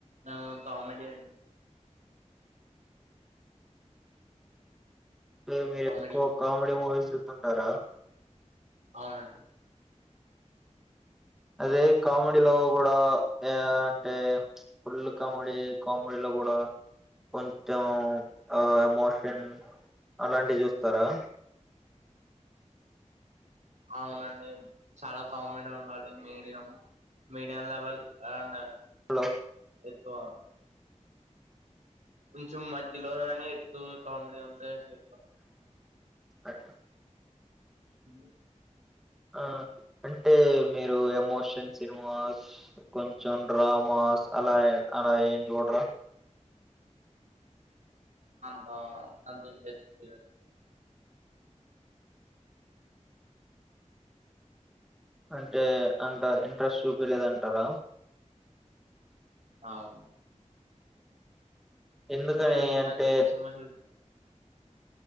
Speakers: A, on the right; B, in the centre.
A: ఆ కామిడియన్
B: అ మీరు
A: కామెడీ
B: ఎక్కువ కామెడీ మూవీస్ చూస్తుంటారా
A: అవునండి
B: అదే కామెడీలో కూడా ఆ అంటే ఫుల్ కామెడీ కామెడీలో కూడా కొంచెం ఆ ఎమోషన్ అలాంటివి చూస్తారా?
A: అవునండి చాలా కామెడి ఉండాలి మీడియం మీడియాం లెవెల్ అండి
B: హలో
A: స్వా కొంచెం మధ్యలోనని ఎత్తు కామెడీ అంత చె
B: అయినా
A: ఉ
B: ఆ అంటే మీరు ఎమోషన్ సినిమా కొంచెం డ్రామాస్ అలా అలా ఏం చూడరా
A: బా అదే పెద్ద
B: అంటే అంత ఇంట్రెస్ట్ చూపియలేదంటారా
A: అ అవును
B: ఎందుకని
A: మీరు ఈ
B: అంటే
A: మధ్య ఏ సినిమా చూ